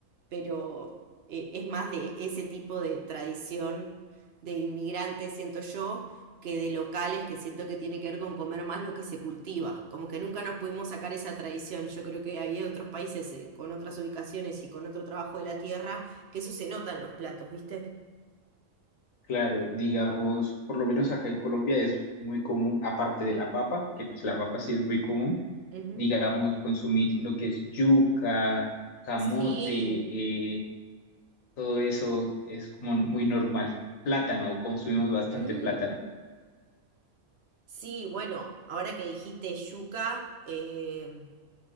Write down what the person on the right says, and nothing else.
pero eh, es más de ese tipo de tradición de inmigrantes, siento yo, que de locales que siento que tiene que ver con comer más lo que se cultiva. Como que nunca nos pudimos sacar esa tradición. Yo creo que había otros países eh, con otras ubicaciones y con otro trabajo de la tierra que eso se nota en los platos, ¿viste?
Ujú.
Sí.
Mm.
Sí, bueno, ahora que dijiste yuca, eh,